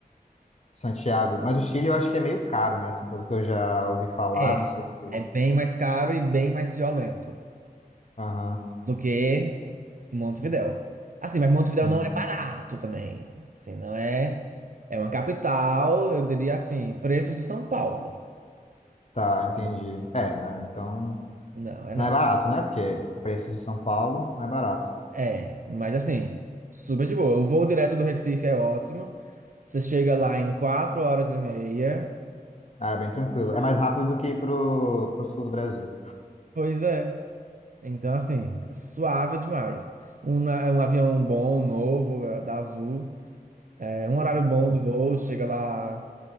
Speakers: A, on the left; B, on the right.
A: Santiago. Mas o Chile eu acho que é meio caro, né? Assim, pelo que eu já ouvi falar,
B: É,
A: não sei se.
B: é bem mais caro e bem mais violento
A: Aham,
B: do que Montevidéu. Assim, mas Montevidéu
A: sim.
B: não é barato também. Assim, não é. É uma capital, eu diria assim, preços de São Paulo.
A: Tá, entendi. É, né? Então,
B: Não, é
A: não
B: não.
A: é barato, né? Porque preços de São Paulo não é barato.
B: É, mas assim, super de boa. O voo direto do Recife é ótimo. Você chega lá em quatro horas e meia.
A: Ah, é bem tranquilo. É mais rápido do que ir pro, pro sul do Brasil.
B: Pois é. Então, assim, é suave demais. Um, na- é um avião bom, novo, é da Azul. É um horário bom do voo, chega lá,